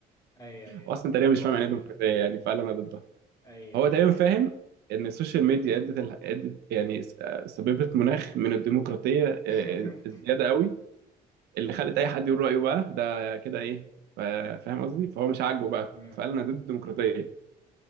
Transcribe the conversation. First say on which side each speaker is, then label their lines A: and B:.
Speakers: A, on the left (about 25°); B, on the right (about 75°).
A: ايوه ايوه
B: هو اصلا تقريبا
A: اللوطي
B: مش فاهم يعني ايه ديمقراطيه
A: الله-
B: يعني فعلا انا ضدها
A: ايوه
B: هو
A: ايوه
B: تقريبا فاهم ان السوشيال ميديا ادت ال... ادت يعني س- آه، سببت مناخ من الديمقراطيه آه،
A: <laughs>
B: آه، الزياده قوي اللي خلت اي حد يقول رايه بقى ده كده ايه ف- فاهم قصدي فهو مش عاجبه بقى
A: أمم.
B: فقال انا ضد الديمقراطيه